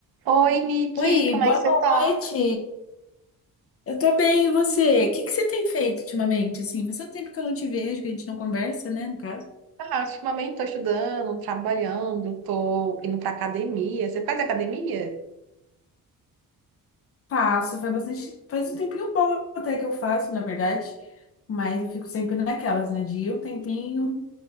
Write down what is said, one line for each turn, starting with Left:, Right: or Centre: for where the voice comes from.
Right: Oi, Nick,
Left: Oi,
Right: como
Left: boa
Right: é que você
Left: noite.
Right: tá?
Left: Eu tô bem, e você? O que que você tem feito ultimamente? Assim, faz tanto tempo que eu não te vejo, que a gente não conversa, né, no caso.
Right: Ah, ultimamente tô estudando, trabalhando, tô indo pra academia. Você faz academia?
Left: Faço, faz bastante, faz um tempinho bom até que eu faço, na verdade, mas eu fico sempre naquelas, né, de ir um tempinho